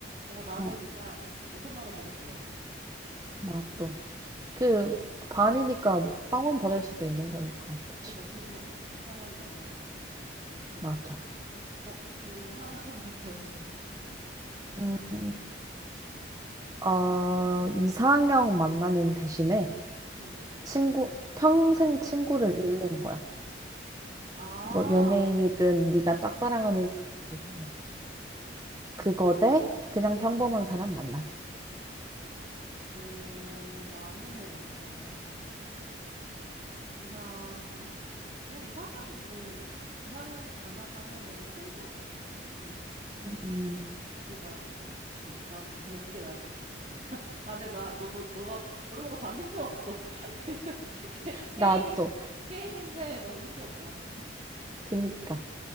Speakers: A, on the right (about 35°); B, on the right (about 20°).
A: 어, 나는
B: 어,
A: 그냥 5천만 원 받을게요.
B: 맞아. 그, 반이니까 뭐 빵원 받을 수도 있는 거니까. 그치.
A: 그러니까 기분 나쁠 것 같아. 차라리 나는 그거, 그게 나을
B: 맞아.
A: 거. 어, 그리고 하나만 <laughs> 더 해줘.
B: 음, 어, 이상형 만나는 대신에
A: 응.
B: 친구, 평생 친구를 잃는 거야.
A: 아,
B: 뭐 연예인이든 네가 짝사랑하는 사람이든 상관없어.
A: 어,
B: 그거 대 그냥 평범한 사람 만나기.
A: 어, 나는, 어, 그냥, 뭐 이상형 뭐 이상형 안 만나고 그냥 친구? 응.
B: 음.
A: 그게 나을 것 같아. 나는 그냥 그게 나을 것 같아. 아 근데 나 너무 너가 물어본 거 다 힘들었어. <laughs>
B: 나도.
A: 게- 임이 게임인데 너무 힘들었다.
B: 그니까.